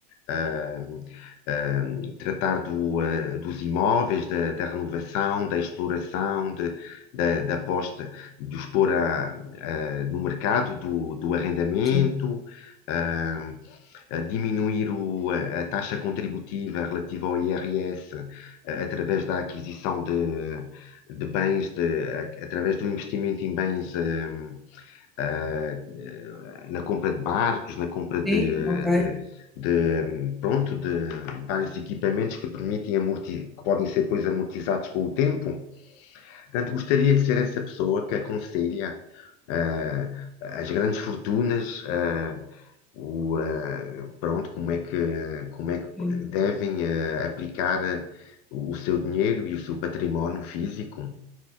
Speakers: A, on the left; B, in the centre.
A: ah, ah, tratar do, ah, dos imóveis, da, da renovação, da exploração, de- da, da posta, de os pôr à- ah, no mercado do, do arrendamento,
B: Sim,
A: ah, a diminuir o- a, a taxa contributiva relativa ao IRS eh, através da aquisição de, de bens, de, a- através do investimento em bens, eh, eh, na compra de barcos, na compra de,
B: sim,
A: de-
B: ok.
A: de, hum, pronto, de vários equipamentos que permitem amorti que podem ser depois amortizados com o tempo. Portanto, gostaria de ser essa pessoa que aconselha ah, as grandes fortunas, ah, o, ah, pronto, como é que, ah, como é que
B: Sim.
A: devem ah, aplicar ah, o seu dinheiro e o seu património físico.